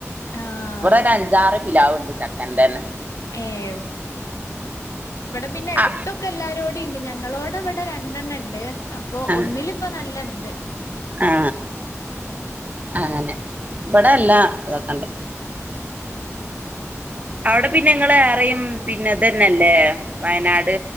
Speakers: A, on the left; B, on the right.
A: ആഹ്
B: ഇവിടെ ഒരഞ്ചാറ് പിലാവിണ്ട് ഇണ്ട് ചക്കൻ്റെന്നെ
A: ഏഹ് ഇവിടെ പിന്നെ എട്ത്തൊക്കെ
B: ആ
A: എല്ലാരോടീണ്ട് ഞങ്ങളോടെ ഇവടെ രണ്ടെണ്ണ ഇണ്ട് അപ്പൊ
B: ആ
A: ഒന്നിലിപ്പ നല്ല ഇണ്ട്
B: ആ
A: ഉം
B: അങ്ങനെ ഇവിടെല്ലാ ഇതൊക്കെണ്ട്.
A: ആഹ്.
B: അവിടെ പിന്നെ ഇങ്ങള് ഏറെയും പിന്നെ ഇതന്നല്ലേ വയനാട്